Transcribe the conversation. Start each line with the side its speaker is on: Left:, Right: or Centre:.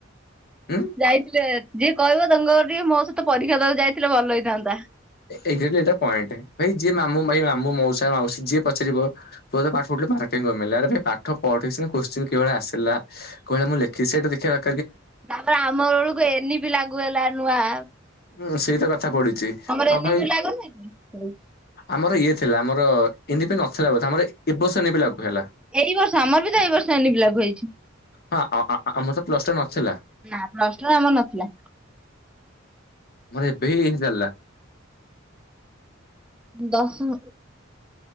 Left: ଉଁ
Centre: ଯାଇଥିଲେ ଯିଏ କହିବ ତାଙ୍କ ଟିକେ ମୋ ସହିତ ପରୀକ୍ଷା ଦବାକୁ ଯାଇଥିଲେ ଭଲ ହେଇଥାନ୍ତା।
Left: ଏକଜାଟଲି ଏଇଟା ପଏଣ୍ଟ ଭାଇ ଯିଏ ମାମୁଁ ମାଇଁ ମାମୁଁ ମାଉସା ମାଉସୀ ଯିଏ ପଚାରିବ ପୁଅତ ପାଠ ପଢିଥିଲା ମାର୍କ କାଇଁ କମିଲା ଆରେ ଭାଇ ପାଠ ପଢିଥିଲି କୋଶ୍ଚିନ କଉଭଳିଆ ଆସିଲା କଉ ଭଳିଆ ମୁଁ ଲେଖିଛି ସେଇଟା ଦେଖିବା କଥା
Centre: ତାପରେ ଆମବେଳକୁ ଏନି ବି ଲାଗୁ ହେଲା ନୂଆ
Left: ହଁ ସେଇତ କଥା- ଥା ପଡିଚି।
Centre: ଆମର
Left: ଅ
Centre: ଏନି
Left: ଭାଇ
Centre: ପି ଲାଗୁ ନୁହେଁ କି?
Left: ଆମର ଇଏ ଥିଲା ଆମର ଏନି ପି ପାଇଁ ନଥିଲା ବୋଧ ଆମର ଏବର୍ଷ ଏନି ପି ଲାଗୁ ହେଲା।
Centre: ଏଇ ବର୍ଷ ଆମର ବି ତ ଏଇ ବର୍ଷ ଏନି ପି ଲାଗୁ ହେଇଛି।
Left: ହଁ ଆ ଆ ଆମର ତ ପ୍ଲସଟୁ ରେ ନଥିଲା।
Centre: ନା ପ୍ରଶ୍ନ ଆମର ନଥିଲା।
Left: ମୋର ଏବେ ହିଁ ଚାଲିଲା।
Centre: ଦଶମ